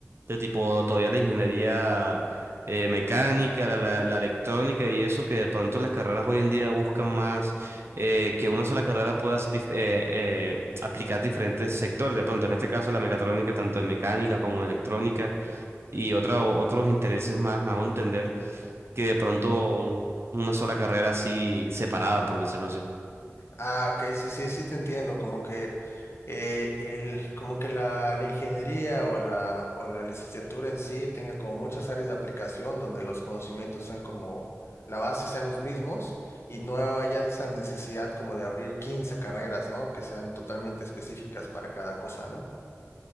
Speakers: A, on the right (about 55°); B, on the left (about 55°).
A: de tipo todavía la ingeniería eh, mecánica, la, la- la electrónica y eso, que de pronto las carreras hoy en día buscan más eh, que una sola carrera pueda dif- eh, eh, aplicar diferentes sectores. De pronto, en este caso, la mecatrónica, tanto en mecánica como en electrónica y otra, otros intereses más, me hago entender, que de pronto un- una sola carrera así separada, por decirlo así.
B: Ah, ok, sí, sí, sí te entiendo, como que eh, el, como que la, la ingeniería o la, o la licenciatura en sí tenga como muchas áreas de aplicación donde los conocimientos sean como, la base sean los mismos y no haya esa necesidad como de abrir 15 carreras, ¿no? Que sean totalmente específicas para cada cosa, ¿no?